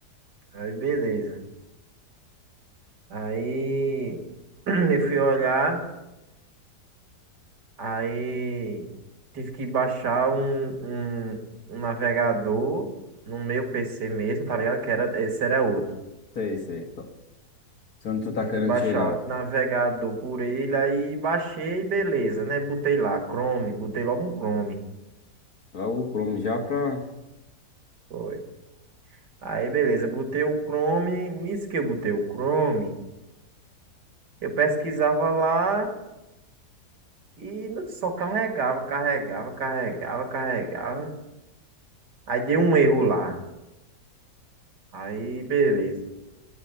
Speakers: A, on the right; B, on the left.
A: Aí beleza. Aí <clears throat> eu fui olhar. Aí tive que baixar um, um, um navegador no meu PC mesmo, tá ligado? Que era, esse era outro.
B: Sei, sei. qual- Se onde tu tá
A: Tive
B: querendo
A: que baixar
B: chegar?
A: o navegador por ele, aí baixei, beleza, né? Botei lá, Chrome, botei logo um Chrome.
B: Lá o Chrome já pra...
A: Foi. Aí, beleza, botei o Chrome. Nisso que eu botei o Chrome, eu pesquisava lá e não- só carregava, carregava, carregava, carregava. Aí deu um erro lá. Aí, beleza.